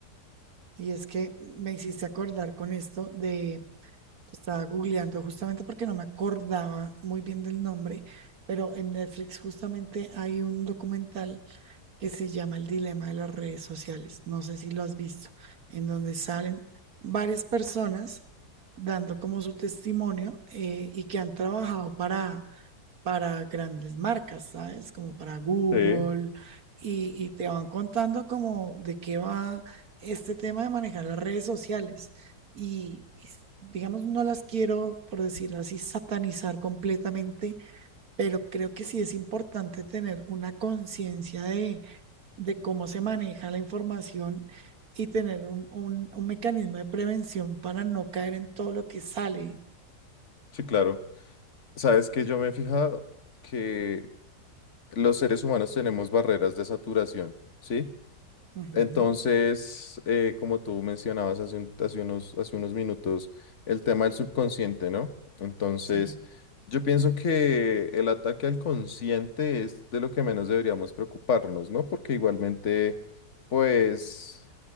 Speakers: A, on the right; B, on the left.
A: Y es que me hiciste acordar con esto de, estaba googleando justamente porque no me acordaba muy bien del nombre, pero en Netflix justamente hay un documental que se llama El dilema de las redes sociales. No sé si lo has visto, en donde salen varias personas dando como su testimonio eh, y que han trabajado para para grandes marcas, ¿sabes? Como para Google,
B: sí,
A: y, y te van contando como de qué va este tema de manejar las redes sociales. Y, y s- digamos, no las quiero, por decirlo así, satanizar completamente, pero creo que sí es importante tener una conciencia de, de cómo se maneja la información y tener un, un- un mecanismo de prevención para no caer en todo lo que sale.
B: sí, claro. Sabes que yo me he fijado que los seres humanos tenemos barreras de saturación, ¿sí?
A: Ujú,
B: Entonces, eh, como tú mencionabas hace, un- hace unos, hace unos minutos, el tema del subconsciente, ¿no? Entonces,
A: Sí,
B: yo pienso que el ataque al consciente es de lo que menos deberíamos preocuparnos, ¿no? Porque igualmente, pues,